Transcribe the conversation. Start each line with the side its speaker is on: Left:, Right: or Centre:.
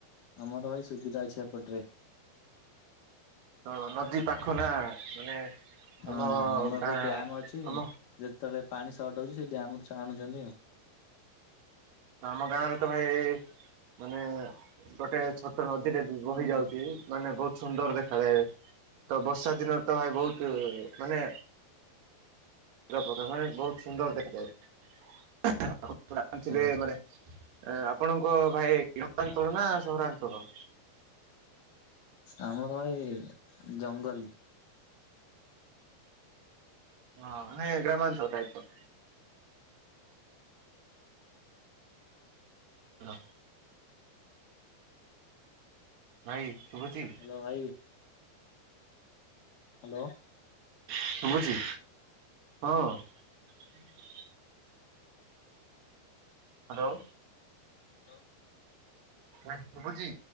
Left: ଆମର ଭାଇ ସୁବିଧା ଅଛି ଏପଟରେ।
Right: ତ ନଦୀ ପାଖ ନା ମାନେ।
Left: ହଁ
Right: ଆମ
Left: ହଁ ଆମର
Right: ଗାଁ
Left: ଏପଟେ ଡ୍ୟାମ ଅଛି
Right: ଆମ
Left: ଯେତେବେଳେ ପାଣି ସର୍ଟ ହଉଛି ସେ ଡ୍ୟାମ ରୁ ଆଣୁଛନ୍ତି ଆଉ।
Right: ଆମ ଗାଁ ରେ ତ ଭାଇ। ମାନେ। ଗୋଟେ ଛୋଟ ନଦୀଟେ ବହି ଯାଉଛି ମାନେ ବହୁତ ସୁନ୍ଦର ଦେଖାାଯାଏ। ତ ବର୍ଷା ଦିନରେ ତ ଭାଇ ବହୁତ ମାନେ। ପ୍ରଜାପତି ମାନେ ବହୁତ ସୁନ୍ଦର ଦେଖାଯଏ। ଆପଣ ଜାଣିଥିବେ
Left: ହଁ।
Right: ମାନେ। ଆପଣଙ୍କ ଭାଇ ଗ୍ରାମାଞ୍ଚଳ
Left: ଆପଣଙ୍କ
Right: ନା ସହରାଞ୍ଚଳ।
Left: ଆମର ଭାଇ ଜଙ୍ଗଲି।
Right: ହଁ ନାଇଁ ଗ୍ରାମାଞ୍ଚଳ ଟାଇପର। ହଁ। ଭାଇ ଶୁଭୁଛି।
Left: ହ୍ୟାଲୋ ଭାଇ। ହ୍ୟାଲୋ।
Right: ଶୁଭୁଛି। ହଁ। ହଁ। ହ୍ୟାଲୋ।
Left: ହଁ।
Right: ହଁ ଶୁଭୁଛି?